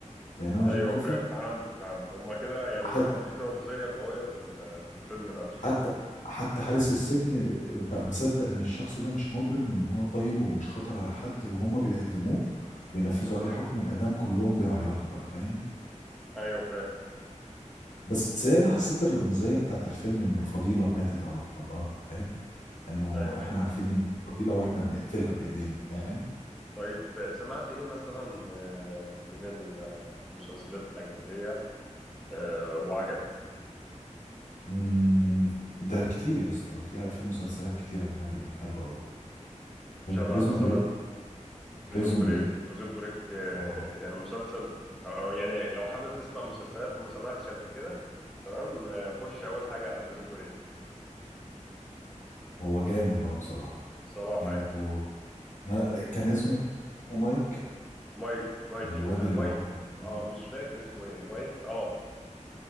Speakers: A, on the left (about 75°); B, in the centre.
A: بينما جون
B: ايوه
A: كوفي
B: فا- فهمت فهمت هما كده يعني
A: حتى
B: عاملين رمزية قوية في ال- في الفيلم نفسه
A: حتى حتى حارس السجن بقى مصدق ان الشخص ده مش مجرم وان هو طيب ومش خطر على حد وهم بيعدموه بينفذوا عليه حكم الاعدام كلهم بيعيطوا بقى فاهم
B: ايوه فاهم
A: بس انا حسيت الرمزيه بتاعت الفيلم انه الفضيله ماتت على الارض فاهم انه
B: ايوه
A: احنا
B: فاهم
A: عارفين ان دي فضيله واحنا بنقتلها بايدينا فاهم
B: طيب سمعت إيه مثلا آه، من المسلسلات الأجنبية آه، وعجبك
A: مم، ده كتير يا اسطى في في مسلسلات كتير اجنبي حلوه قوي
B: شبه
A: بريزون
B: مثلا
A: بريك
B: بريزون
A: بريزون
B: بريك
A: بريك
B: بريزون بريك
A: اه
B: يعني مسلسل أو أو يعني لو حابب تسمع مسلسلات وما سمعتش قبل كده تمام آه، خش أول حاجة على بريزون بريك
A: هو جامد اه بصراحه
B: بصراحة
A: جامد
B: يعني
A: و... آه، كان اسمه مايك
B: مايك مايكل
A: الواد
B: آه،
A: اللي
B: مايك
A: هو آه،
B: اه مش فاكر اسمه ايه مايك اه